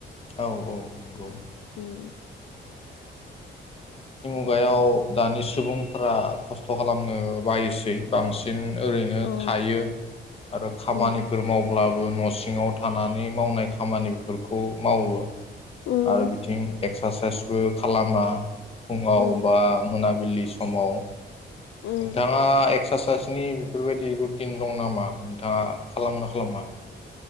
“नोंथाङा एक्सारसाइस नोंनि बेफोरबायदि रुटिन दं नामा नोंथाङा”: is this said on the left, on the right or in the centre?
Left